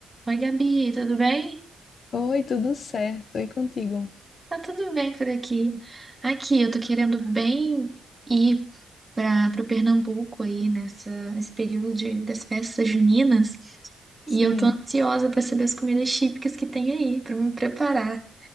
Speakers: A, on the right; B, on the left.
A: Oi, Gabi, tudo bem?
B: Oi, tudo certo? E contigo?
A: Tá tudo bem por aqui. Aqui, eu tô querendo bem ir para o Pernambuco aí nessa, nesse período de, das festas juninas e
B: Sim.
A: eu tô ansiosa para saber as comidas típicas que tem aí, para me preparar.